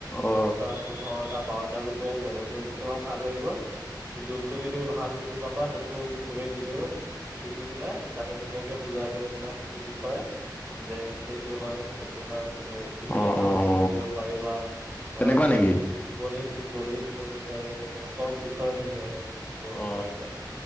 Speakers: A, on the left; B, on the right.
A: অ
B: দহটা পোন্ধৰটা বাৰ <unintelligible> তোমাক ভাল লাগিব। যোনটো ভিডিউ তুমি ভাল বুজি পাবা, সেইটো তুমি ভিডিউ টিপি পেলাই তাতে ধুনীয়াকে বুজাই দিব, তোমাৰ সেইটো বিষয়ে যে, এইটো হয়, সেইটো হয়, তুমি জ্ঞানৰ
A: অ অ অ
B: পঢ়িব পাৰিবা,
A: তেনেকুৱা
B: অ',
A: নেকি
B: গণিত, গণিত পঢ়িব পাৰিবা তাতে, চব বিষয়ে তুমি তাতে পঢ়িব
A: অ
B: পাৰিবা।